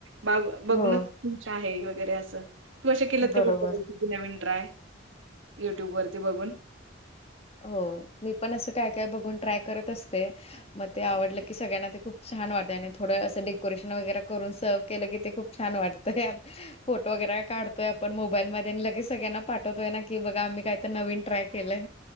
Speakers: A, on the right; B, on the left.
A: बा बघूनच
B: हो
A: खुश आहे वगैरे असं तू असे केलंत
B: बरोबर
A: का कुठंल्या नवीन ट्राय युट्यूब वरती बघून.
B: हो मी पण असं काय काय बघून ट्राय करत असते. मग ते आवडलं की सगळ्यांना ते खूप छान वाटतय आणि थोडं असं डेकोरेशन वगैरे करून सर्व केलं की ते खूप छान वाटतंय आ फोटो वगैरे काढतोय आपण मोबाईलमध्ये लगेच सगळ्यांना पाठवतोय ना की बघा आम्ही काय तर नवीन ट्राय केले.